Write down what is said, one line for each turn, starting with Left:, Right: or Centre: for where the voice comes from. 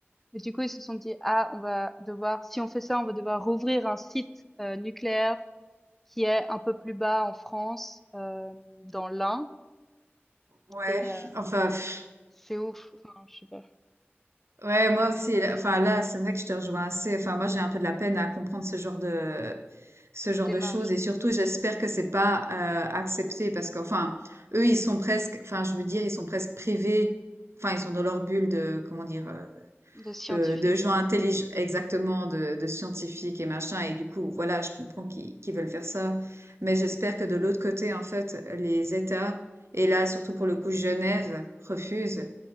Centre: Et du coup, ils se sont dit, ah, on va devoir, si on fait ça, on va devoir rouvrir un site euh, nucléaire qui est un peu plus bas en France, euh, dans l'Ain.
Right: Ouais,
Centre: Et euh,
Right: enfin, pff,
Centre: c'est ouf, enfin, je sais pas,
Right: ouais, moi aussi. là- Enfin, là, c'est vrai que je te rejoins assez. Enfin, moi, j'ai un peu de la peine à comprendre ce genre de, ce
Centre: la
Right: genre
Centre: démarche
Right: de choses. Et surtout, j'espère que c'est pas euh, accepté parce qu'enfin, eux, ils sont presque, enfin, je veux dire, ils sont presque privés. Enfin, ils sont dans leur bulle de, comment dire, euh,
Centre: de scientifique.
Right: de, de gens
Centre: Ouais.
Right: intelligents, exactement, de, de scientifiques et machin. Et du coup, voilà, je comprends qu'ils qu'ils veulent faire ça. Mais j'espère que de l'autre côté, en fait, les États, et là, surtout pour le coup, Genève, refusent.